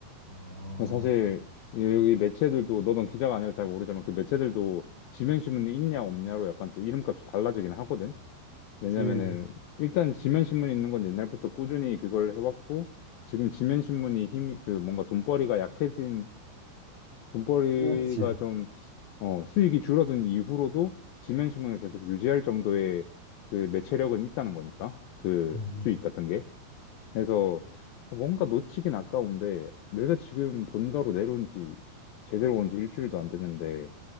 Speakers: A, on the right; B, on the left.
A: 어,
B: 사실 여기 매체들도 너는 기자가 아니라 잘 모르지만 그 매체들도 지면 신문이 있냐 없냐로 약간 또 이름값이 달라지긴 하거든. 왜냐면은
A: 그지,
B: 일단 지면신문이 있는 건 옛날부터 꾸준히 그걸 해왔고 지금 지면신문이 힘이 그 뭔가 돈벌이가 약해진 돈벌이가
A: 끝냈지.
B: 좀 어, 수익이 줄어든 이후로도 지면신문을 계속 유지할 정도의 그 매체력은 있다는 거니까 그
A: 음,
B: 수익 같은 게
A: 음,
B: 그래서 뭔가 놓치긴 아까운데 내가 지금 본가로 내려온 지 제대로 온지 일주일도 안 됐는데